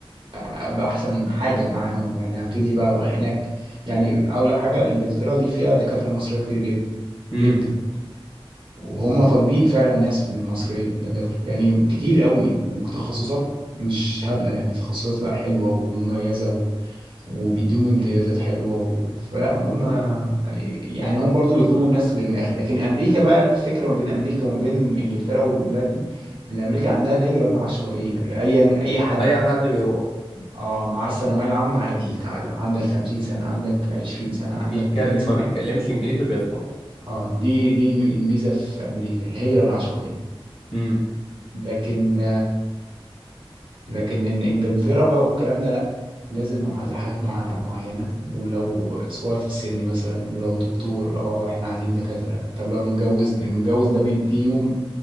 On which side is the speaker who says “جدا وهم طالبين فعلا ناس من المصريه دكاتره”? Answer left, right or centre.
Right